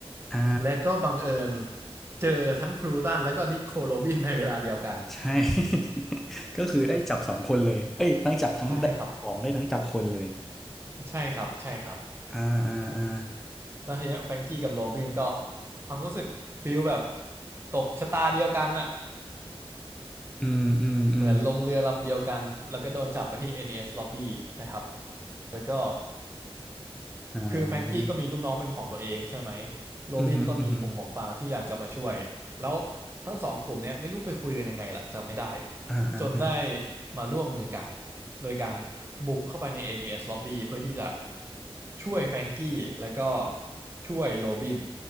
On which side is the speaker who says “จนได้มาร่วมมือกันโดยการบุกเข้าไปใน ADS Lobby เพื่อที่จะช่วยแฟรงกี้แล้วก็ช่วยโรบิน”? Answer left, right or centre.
Right